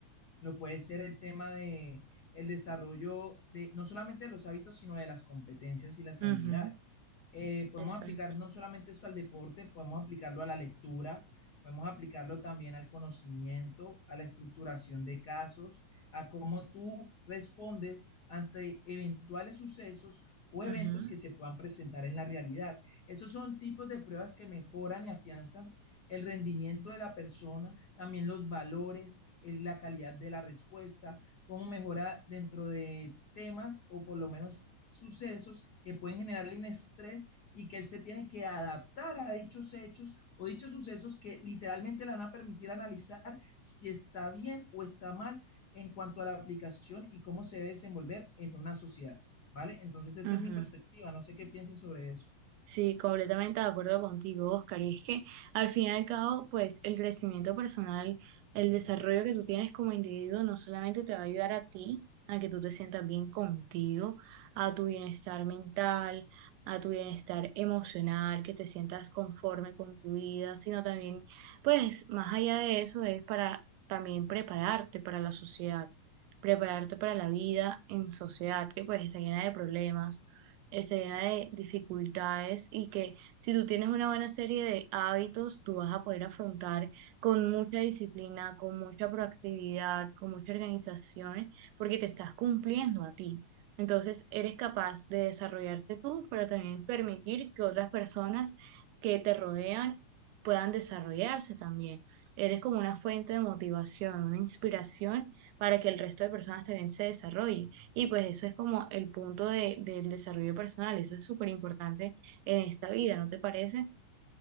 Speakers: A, on the left (about 75°); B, on the right (about 85°).
A: lo puede ser el tema de el desarrollo de no solamente de los hábitos, sino de las competencias y las habilidades.
B: ujú.
A: Eh, podemos
B: Exacto.
A: aplicar no solamente esto al deporte, podemos aplicarlo a la lectura, podemos aplicarlo también al conocimiento, a la estructuración de casos, a cómo tú respondes ante eventuales sucesos o eventos
B: Ujú,
A: que se puedan presentar en la realidad. Esos son tipos de pruebas que mejoran y afianzan el rendimiento de la persona, también los valores, el- la calidad de la respuesta, cómo mejora dentro de temas o por lo menos sucesos que pueden generarle un estrés y que él se tiene que adaptar a dichos hechos o dichos sucesos que literalmente le van a permitir analizar si está bien o está mal en cuanto a la aplicación y cómo se debe desenvolver en una sociedad, ¿vale? Entonces esa
B: ujú.
A: es mi perspectiva, no sé qué piensas sobre eso.
B: Sí, completamente de acuerdo contigo, Oscar. Y es que al fin y al cabo, pues el crecimiento personal, el desarrollo que tú tienes como individuo, no solamente te va a ayudar a ti, a que tú te sientas bien contigo, a tu bienestar mental, a tu bienestar emocional, que te sientas conforme con tu vida, sino también, pues más allá de eso, es para también prepararte para la sociedad, prepararte para la vida en sociedad, que pues está llena de problemas está llena de dificultades y que si tú tienes una buena serie de hábitos, tú vas a poder afrontar con mucha disciplina, con mucha proactividad, con mucha organización, porque te estás cumpliendo a ti. Entonces, eres capaz de desarrollarte tú, pero también permitir que otras personas que te rodean puedan desarrollarse también. Eres como una fuente de motivación, una inspiración para que el resto de personas también se desarrollen. Y pues eso es como el punto de, del desarrollo personal, eso es súper importante en esta vida, ¿no te parece?